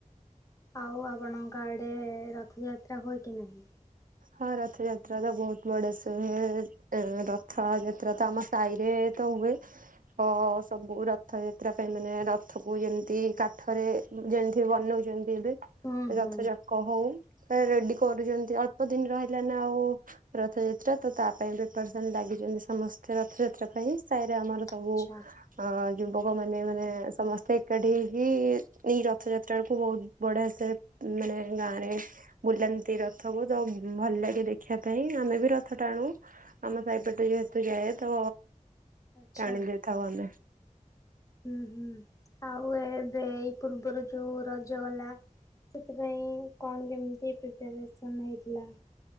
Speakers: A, on the left; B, on the right.
A: ଆଉ ଆପଣଙ୍କ ଆଡ଼େ ରଥଯାତ୍ରା ହୁଏ କି ନାହିଁ।
B: ହଁ ରଥଯାତ୍ରା ବା ବହୁତ ବଡ଼ସେ ହୁଏ। ଏ ରଥଯାତ୍ରା ତ ଆମ ସାହିରେ ତ ହୁଏ ହଁ ସବୁ ରଥଯାତ୍ରା ପାଇଁ ମାନେ ରଥକୁ ଯେମିତି କାଠରେ ଯେମିତି ବନଉଛନ୍ତି ଏବେ
A: ହୁଁ ହୁଁ
B: ରଥଯାକ ହଉ ରେଡି କରୁଛନ୍ତି ଆଉ ଅଳ୍ପ ଦିନି ରହିଲା ଆଉ ରଥଯାତ୍ରା ତ ତା ପାଇଁ ବି ପିପେୟାରସନ ଲାଗିଛନ୍ତି ସମସ୍ତେ ରଥଯାତ୍ରା ପାଇଁ ସାଇରେ ଆମର ସବୁ
A: ଆଚ୍ଛା
B: ଅ ଯୁବକ ମାନେ ମାନେ ସମସ୍ତେ ଏକାଠି ହେଇକି ନି ରଥଯାତ୍ରା କୁ ବହୁତ ବଢ଼ିଆ ସେ ମାନେ ଗାଁ ରେ ବୁଲାନ୍ତି ରଥକୁ ତ ଭଲ ଲାଗେ ଦେଖିବା ପାଇଁ ଆମେ ବି ରଥ ଟାଣୁ ଆମ ସାହିପଟ ଯେହେତୁ ଯାଏ ତ
A: ଆଚ୍ଛା।
B: ଟାଣି ଦେଇଥାଉ ଆମେ।
A: ହୁଁ ହୁଁ ଆଉ ଏ ଏବେ ଏଇ ପୂର୍ବରୁ ଯୋଉଁ ରଜ ଗଲା ସେଥିପାଇଁ କଣ କେମିତି ପ୍ରିପାରେସନ ହେଇଥିଲା?